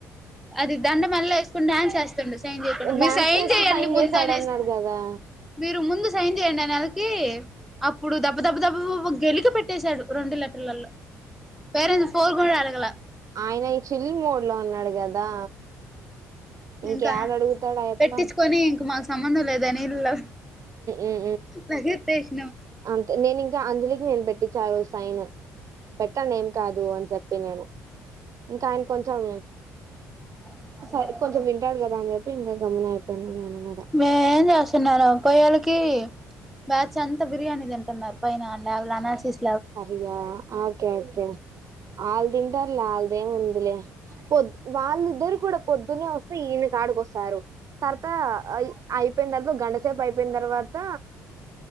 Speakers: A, in the centre; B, on the right (about 45°).
A: అది దండ మెడ లో ఎసుకుని డాన్స్ ఏస్తుండు సైన్ మీరు
B: డాన్స్
A: సైన్
B: చేస్తూ
A: చెయ్యడి ముందనెసి
B: చేసాడన్నాడు కదా
A: మీరు ముందు సైన్ చేయండి అనే సరికి అప్పుడు దబ్బ దబ్బ దబ్బబ గెలుకి పెట్టేశాడు రెండు లెటర్లలో పేరెంట్స్ ఫోర్ కూడా అడగల
B: ఆయన ఇచ్చిన మూడ్ లో ఉన్నాడు కదా ఇంకేడ
A: ఇంకా
B: అడుగుతాడు ఆయప్ప
A: పెట్టిచ్చుకొని
B: ఉమ్
A: ఇంక మాకు సంబంధం లే దాని ఇల్లు
B: ఉమ్ ఉమ్
A: లగేట్టేష్
B: అంతే నేను ఇంకా అంజలికి నేను పెట్టిచ్చా ఆ రోజు సైన్ పెట్టండి ఏం కాదు అని చెప్పి నేను ఇంకా ఆయన కొంచెం
A: <inaudible>
B: సరే కొంచెం వింటాడు కదా అని చెప్పి ఇంకా గమ్మున అయిపోయినా నేను కూడా
A: మేం ఏం చేస్తున్నారా పోయళ్ళకి బ్యాచ్ అంతా బిర్యానీ తింటున్నారు పైన ల్యాబ్ లో అనాల్సిస్
B: అసలా ఓకే ఓకే ఆల్దంటారులే ఆల్దం ఏం ఉందిలే పొద్ వాళ్ళిద్దరు కూడా పొద్దునే వస్తే ఈయన కాడికోస్తారు తర్త అయిపోయిన తర్వాత గంటసేపు అయిపోయిన తర్వాత